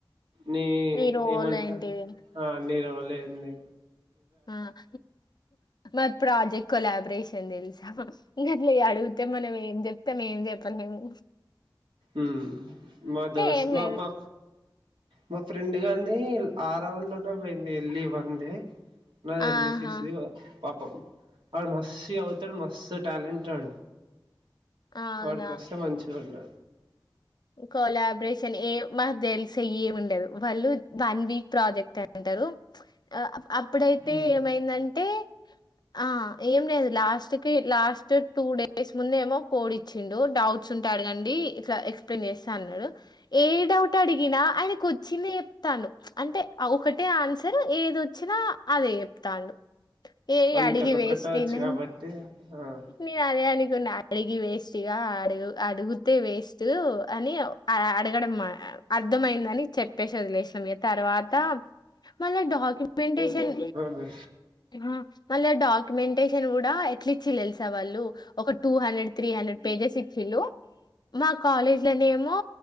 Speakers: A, on the right (about 80°); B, on the left (about 55°).
A: ని
B: మీ రోల్
A: ఏమంటారు.
B: ఏంటిది?
A: ఆహ్ అన్నిరులే అంది.
B: ఆహ్ మత్ ప్రాజెక్ట్ కొలాబరేషన్ తెల్సా. అడిగితే మనం ఏం చెప్తాం ఏం చెప్పాలేము.
A: ఉమ్ మా దోస్త్
B: ఏం
A: మా
B: లేదు.
A: మా. మా ఫ్రెండ్ గాడిదీ ఆ రౌండ్ లోనే పోయింది ఎల్ ఈ వన్ ది. నాది ఎల్
B: ఆహా!
A: ఈ సిక్స్ ది పాపం వాడు మస్తు చదువుతాడు మస్తు ట్యాలెంట్ ఆడు.
B: అవునా!
A: వాడికివస్తే మంచిగా ఉంటది.
B: కొలాబరేషన్ ఏ మాకు తెలుసు ఏమి ఉండదు వాళ్ళు వన్ వీక్ ప్రాజెక్ట్ అంటుండ్రు. ఆహ్ అప్పుడైతే
A: ఉమ్
B: ఏమైందంటే ఆహ్. ఏం లేదు లాస్ట్ కి లాస్ట్ టూ డేస్ ముందేమో. కోడ్ ఇచ్చిండు డౌట్స్ ఉంటే అడగండి ఇట్లా ఎక్స్ప్లెయిన్ చేస్తా అన్నాడు. ఏ డౌట్ అడిగినా ఆయనకు వచ్చిందే చెప్తాండు. అంటే ఒకటే ఆన్సర్ ఏదొచ్చినా. అదే చేపుతాండు ఏయ్
A: వానికి
B: అడిగి
A: అదొక్కటే
B: వేస్ట్
A: వచ్చు
B: ఈయన.
A: కాబట్టి ఆ
B: నేను అదే అనుకున్నా అడిగి వేస్ట్గా అడుగు అడుగుతే వేస్ట్. అని అడగడం మన్ ఆహ్ అర్థమైందని. చెప్పిసి వదిలేసినం ఇగ తర్వాత మళ్ళా డాక్యుమెంటేషన్.
A: ఉమ్.
B: ఆహ్ మళ్ళా ఆ డాక్యుమెంటేషన్ కూడా ఎట్లిచ్చిండ్రు తెలుసా వాళ్ళు ఒక two hundred three hundred. Pages ఇచ్చిండ్లు. మా కాలేజ్ లనేమో